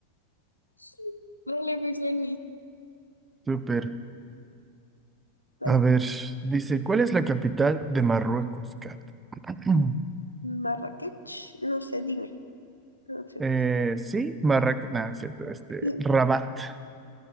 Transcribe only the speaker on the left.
Sí. Vale, pues vení.
Vale.
Marrakech, no sé, dime. No sé.
Sí.